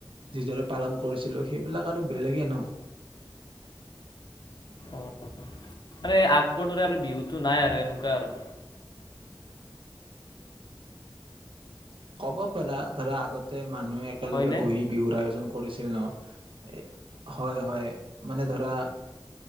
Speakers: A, on the right; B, on the left.
A: যিদৰে পালন কৰিছিলো সেইবিলাক আৰু বেলেগে ন?
B: অ মানে আগৰ দৰে আৰু বিহুটো নাই আৰু এনেকুৱা আৰু।
A: হ'ব পাৰা ধৰা আগতে মানুহে একেলগে
B: হয়নে
A: বহি বিহুৰ আয়োজন কৰে। কৰিছিল ন? এ হয়-হয় মানে ধৰা